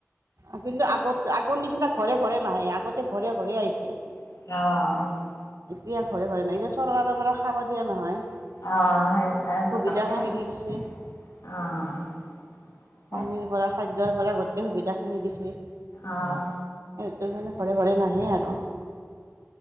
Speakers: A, on the right (about 85°); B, on the left (about 80°).
A: উম কিন্তু আগত আগৰ নিচিনা ঘৰে ঘৰে নাহে আগতে ঘৰে ঘৰে আহিছিল
B: আহ
A: এতিয়া ঘৰে ঘৰে নাই যে চৰকাৰৰ পৰা খাব দিয়া নহয়
B: আহ
A: সুবিধাখিনি
B: <inaudible>
A: দি দিছে
B: আহ
A: পানীৰ পৰা খাদ্যৰ পৰা গোটেই সুবিধাখিনি দিছে সেইটো
B: অ',
A: স মমানে ঘৰে ঘৰে নাহে আৰু